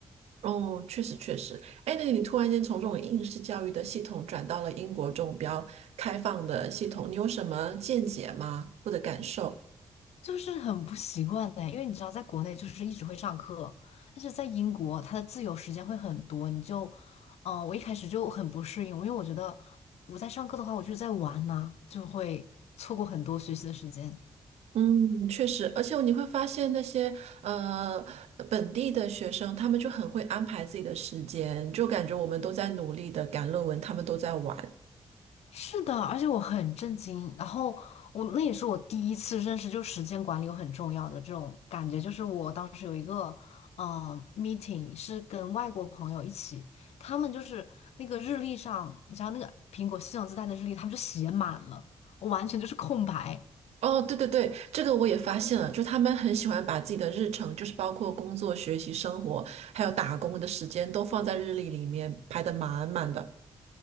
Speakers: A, on the right; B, on the left.
A: 哦，确实确实，哎，那你突然间从这种应试教育的系统转到了英国这种比较开放的系统，你有什么见解吗？或者感受？
B: 就是很不习惯的，因为你知道，在国内就是一直会上课，但是在英国，它的自由时间会很多，你就，嗯、我一开始就很不适应，因为我觉得我在上课的话，我就是在玩呐、就会错过很多学习的时间。
A: 嗯，确实，而且你会发现那些呃本地的学生，他们就很会安排自己的时间，就感觉我们都在努力的赶论文，他们都在玩。
B: 是的，而且我很震惊。然后我那也是我第一次认识，就时间管理有很重要的这种感觉。就是我当时有一个嗯 meeting 是跟外国朋友一起，他们就是那个日历上，你知道那个苹果系统自带的日历，他们就写满了，我完全就是空白。
A: 哦，对对对，这个我也发现了，就他们很喜欢把自己的日程，就是包括工作、学习、生活，还有打工的时间，都放在日历里面排的满满的。